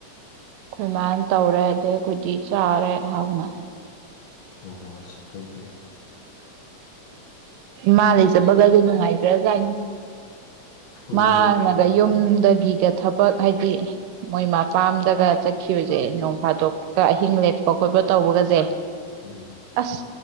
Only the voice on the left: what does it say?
ꯑꯣ ꯐꯩ ꯐꯩ
ꯍꯣꯏ
ꯍꯣꯏ ꯐꯩ
ꯎꯝ